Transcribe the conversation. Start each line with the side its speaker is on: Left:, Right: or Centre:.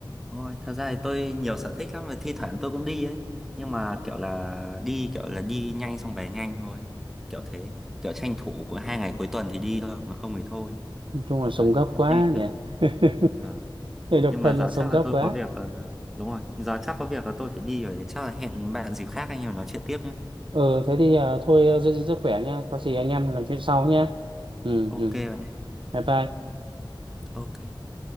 Centre: đúng rồi thật ra thì tôi nhiều sở thích lắm mà thi thoảng tôi cũng đi ấy nhưng mà kiểu là đi kiểu là đi nhanh xong về nhanh thôi kiểu thế kiểu tranh thủ của hai ngày cuối tuần thì đi thôi còn không thì thôi
Right: Nói chung là sống
Centre: đấy
Right: gấp quá
Centre: nhưng mà
Right: nhỉ. <laughs>
Centre: ờ,
Right: Người độc
Centre: nhưng
Right: thân
Centre: mà giờ
Right: mà sống
Centre: chắc
Right: gấp
Centre: là tôi
Right: quá.
Centre: có việc ờ, đúng rồi giờ chắc có việc là tôi phải đi rồi thì chắc là hẹn bạn dịp khác anh em nói chuyện tiếp nhé
Right: ừ thế thì à, thôi ờ, giữ gìn sức khỏe nha có gì anh em mình làm chuyện sau nhé ừ
Centre: ok
Right: ừ
Centre: bạn ơi. ok bạn ơi.
Right: bye bye
Centre: ok